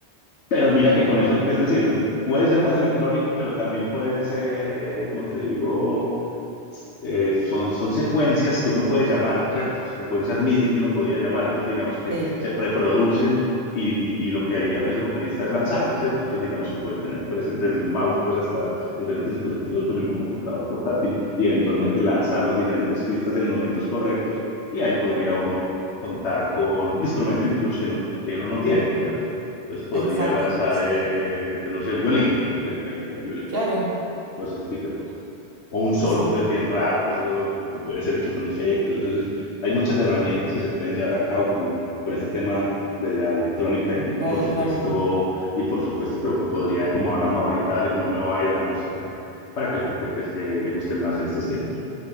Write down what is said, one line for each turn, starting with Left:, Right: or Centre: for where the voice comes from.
Left: Pero mira que con eso, pues, es decir, es- puede ser más electrónico, pero también puede ser, eh, como te digo, eh, son, son secuencias que uno puede llamar, ¿cierto? Secuencias MIDI que uno podría llamar. Entonces, digamos que
Right: Sí,
Left: se preproducen y, y- y lo que haría pues el vocalista es lanzarlas, ¿cierto? Entonces, digamos que puede tener pues desde un mouse pues hasta diferentes dispositivos, pues el mismo computador portátil y eventualmente lanzar las diferentes pistas en los momentos correctos y ahí podría uno contar con instrumento incluso que, no, que uno no tiene, ¿cierto? Entonces podría
Right: exacto.
Left: lanzar,
Right: Sí,
Left: eh, pues, no sé, un violín, no sé, ahí hay un violín
Right: claro.
Left: cosas, ese tipo de cosas. O un solo,
Right: Pues sí,
Left: pues bien raro, pues eso que puede ser hecho con efectos. Entonces, hay muchas herramientas que se pueden llevar a cabo con, con este tema de la electrónica y,
Right: la
Left: y por
Right: electrónica.
Left: supuesto, y por supuesto creo que podrían, como hablamos ahorita, darle como un nuevo aire a la música para que la gente pues, eh, le guste más en estos tiempos.